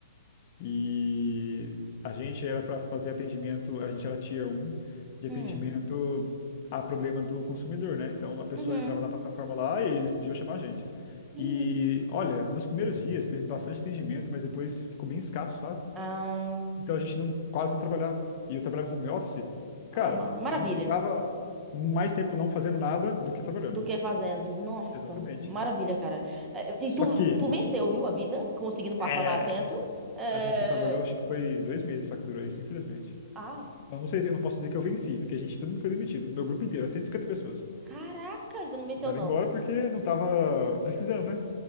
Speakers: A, on the left (about 40°); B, on the right (about 15°).
A: E a gente era para fazer atendimento, a gente era tier 1 de atendimento
B: Hum.
A: a problema do consumidor, né? Então a pessoa
B: Uhum.
A: entrava na plataforma lá e eles podiam chamar a gente.
B: Menina.
A: E olha, nos primeiros dias teve bastante atendimento, mas depois ficou bem escasso, sabe?
B: Ah.
A: Então a gente não, quase não trabalhava. E eu trabalhava home office.
B: Ah,
A: Cara,
B: ma- maravilha.
A: a gente ficava mais tempo não fazendo nada do que trabalhando.
B: Do que é fazendo. Nossa,
A: Exatamente.
B: maravilha, cara. Eh,
A: Só
B: E tu,
A: que
B: tu venceu, viu, a vida? Conseguindo passar
A: é,
B: na Atento. Eh,
A: a gente só trabalhou, acho que foi dois meses só que durou isso, infelizmente.
B: Ah,
A: Eu não sei, se- eu não posso dizer que eu venci, porque a gente, todo mundo foi demitido. Meu grupo inteiro, 150 pessoas.
B: caraca, então não venceu,
A: Mandaram
B: não.
A: embora porque não tava precisando, né?